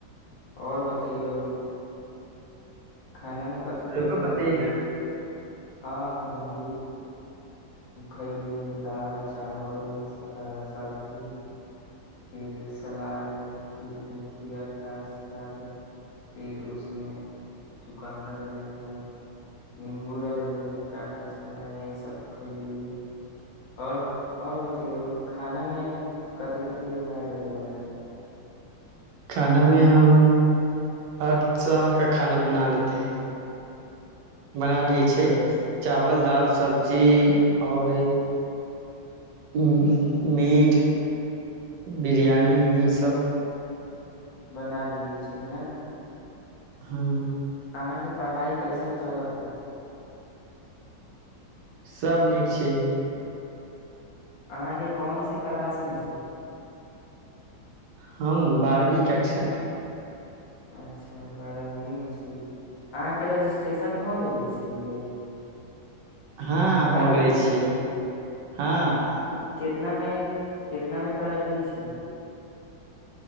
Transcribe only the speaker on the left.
आओर बता तैयौ खानामे कथि
कथी
आ गेललै हँ हम भी खयली दालि चावल सबजी फिर सलाद खी खीरा खा सलाद फिर उसमे चुकन्दर रहलै हए निीम्बू रहलै हए चाट मसाला यही सभ खयलियैए आओर आओर बतैयौ खाना मे कथि क तीरो ग आज ल बनामे
जैस
बना ली छै ने
अहाँके पढ़ाइ कैसन चलत हइ
अहाँके कोनस क्लासमे छै
अच्छा बारहही मे छी अहाँके रजिस्ट्रेशन हो गेले छी यह
लेले
कितना मे कितना मे करा ली छी